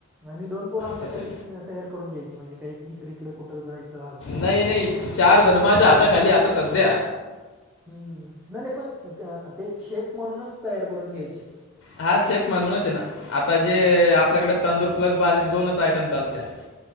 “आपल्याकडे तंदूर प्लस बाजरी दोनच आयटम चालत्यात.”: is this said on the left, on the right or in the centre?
Left